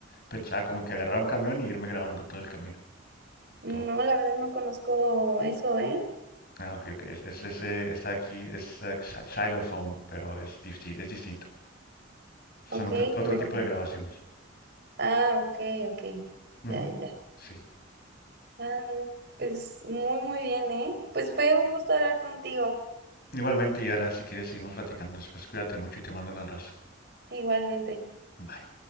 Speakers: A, on the left; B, on the right.
A: Pensaba como que agarrar un camión y irme grabando todo el camino.
B: No,
A: Todo-
B: la verdad no conozco eso, ¿eh?
A: Ah, ok, ok. Es, es ese, está aquí, es eh, xy- xylophone, pero es, disti- es distinto. Son
B: Ok,
A: otro, otro
B: pero...
A: tipo de grabaciones.
B: Ah, ok, ok.
A: Ujú,
B: Ya, ya.
A: Sí.
B: Ah, pues muy, muy bien, ¿eh? Pues fue un gusto hablar contigo,
A: Igualmente, y ahora si quieres seguimos platicando después. Cuídate mucho y te mando un abrazo.
B: igualmente.
A: Bye.